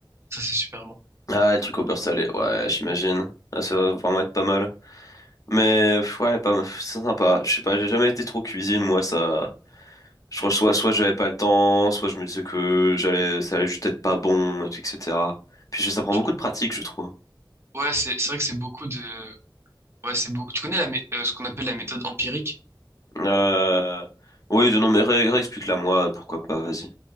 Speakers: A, on the right; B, on the left.
A: ça c'est super bon.
B: Ah ouais, le truc au beurre salé, ouais, j'imagine. Ah, ça va vraiment être pas mal. Mais pff, ouais, pas mal. C'est sympa. Je sais pas, j'ai jamais été trop cuisine, moi, ça. Je crois que soit, soit j'avais pas le temps, soit je me disais que j'allais, ça allait juste être pas bon, et tout, etc. Puis je- ça prend
A: Tu-
B: beaucoup de pratique, je trouve.
A: Ouais, c'est c'est vrai que c'est beaucoup de... Ouais, c'est beaucoup... Tu connais la, mé- euh, ce qu'on appelle la méthode empirique?
B: Euh... Oui, de non, mais ré- réexplique-la moi, pourquoi pas, vas-y.